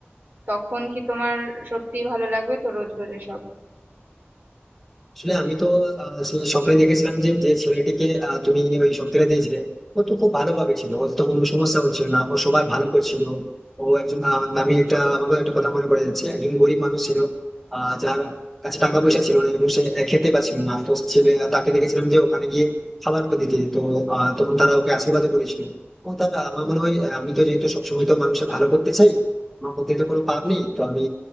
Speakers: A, on the right; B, in the centre.
A: তখন কি তোমার সত্যিই ভালো লাগবে তো রোজ রোজ এসব
B: আসলে আমি তো আহ, সেই সকালে দেখেছিলাম যে যে ছেলেটিকে আহ, তুমি ওই সপ্তাহে দিয়েছিলে ও তো খুব ভালোভাবে ছিল ওর তো কোনো সমস্যা হচ্ছিল না ও সবার ভালো করছিল ও একজন আহ, আমি একটা আমাকে একটা কথা মনে পড়ে যাচ্ছে একজন গরিব মানুষ ছিল আহ, যার কাছে টাকা পয়সা ছিল না এবং সে খেতে পাচ্ছিল না তো ছেলে তাকে দেখেছিলাম যে ওখানে গিয়ে খাবার দিতে তো তখন তারা ওকে আশীর্বাদ করেছিল ও তারা আমার মনে হয় আহ, আমি তো যেহেতু সবসময় তো মানুষের ভালো করতে চাই আমার মধ্যে তো কোনো পাপ নেই তো আমি